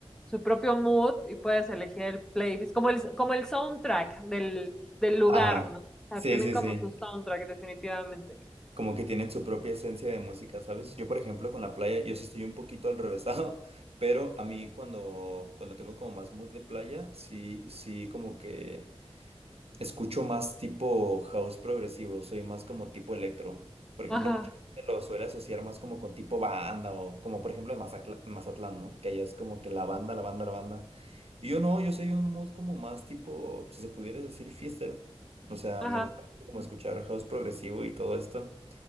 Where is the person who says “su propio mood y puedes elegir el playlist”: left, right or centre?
Centre